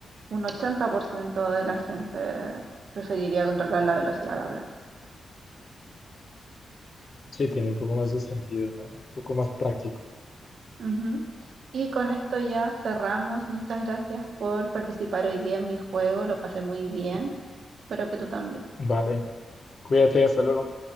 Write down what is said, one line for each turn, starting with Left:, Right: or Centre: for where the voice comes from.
Right: un 80% de la gente preferiría controlar la velocidad al hablar.
Left: Sí, tiene un poco más de sentido, ¿no? Un poco más práctico.
Right: Ujú. Y con esto ya cerramos. Muchas gracias por participar hoy día en mi juego. Lo pasé muy bien. Espero que tú también.
Left: Vale, cuídate, hasta luego.